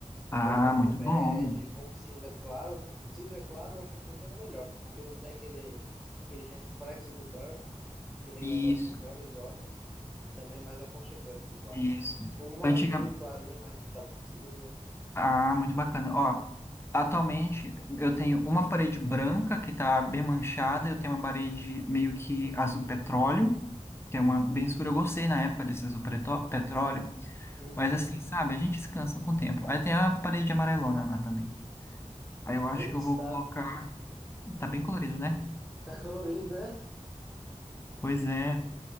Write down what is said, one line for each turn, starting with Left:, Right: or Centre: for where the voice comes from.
Left: Ah,
Centre: ou como
Left: muito
Centre: um bege,
Left: bom.
Centre: ou um cinza claro. O cinza claro é o que funciona melhor, porque não tem aquele, aquele reflexo do branco aquele
Left: Isso,
Centre: negócio que dói os olhos e também é mais aconchegante pro quarto.
Left: isso.
Centre: Ou um
Left: Antiga...
Centre: azul clarinho, mais puxado por cima.
Left: Ah, muito bacana. Ó, atualmente, eu tenho uma parede branca, que tá bem manchada. Eu tenho uma parede meio que azul petróleo, que é uma bem escura. Eu gostei na época desse azul pretó- petróleo.
Centre: Uhum.
Left: Mas assim, sabe, a gente se cansa com o tempo. Aí tem a parede amarelona lá também. Aí eu acho
Centre: Putz,
Left: que eu vou
Centre: tá,
Left: colocar. Tá bem colorido, né?
Centre: tá colorido, né?
Left: Pois é.